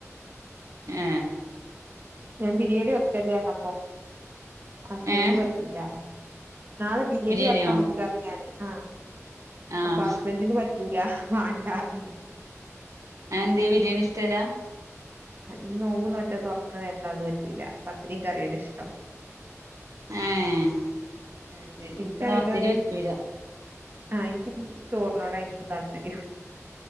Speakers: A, on the right; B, on the right.
A: ഏ
B: ഞാൻ ബിരിയാണിവെക്കെന്നെയാണിപ്പോ. ഹസ്ബൻഡിന്
A: ഏഹ്
B: പറ്റില്ല. നാളെ ബിരിയാണി
A: ബിരിയാണിയോ
B: വെക്കാ മക്ക് ർഞ് ഞാന്. ആഹ്
A: ആഹ്
B: അപ്പൊ ഹസ്ബൻഡന്റിന് പറ്റൂല വേണ്ടാരുന്നു.
A: അയേന്ത്യേ ബിരിയാണിഷ്ടല്ല.
B: ഈ നോമ്പ് നോറ്റാ തുറക്കണ നേരത്ത് അതൊന്നും പറ്റൂല പത്തിരി കറി ആണ് ഇഷ്ടം
A: ഏഹ് അത് ശരി എനിക്കെന്നാ
B: ഇൻക്കാണെങ്കിലോ
A: പത്തിരി പറ്റൂല
B: ആഹ് എനിക്ക് ചോറിനോടായിപ്പോ താല്പര്യം